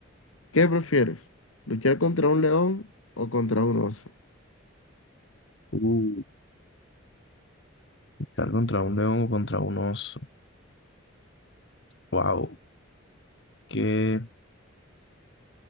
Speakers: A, on the left; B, on the left.
A: ¿Qué prefieres? ¿Luchar contra un león o contra un oso?
B: Uh, Luchar contra un león o contra un oso. Wow, que